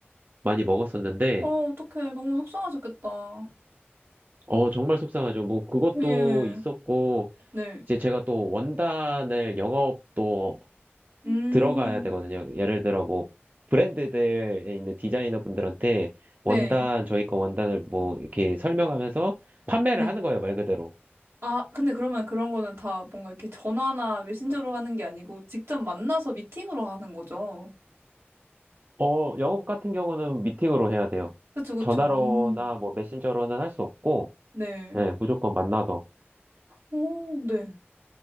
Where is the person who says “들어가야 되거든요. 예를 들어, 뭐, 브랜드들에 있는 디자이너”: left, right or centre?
Right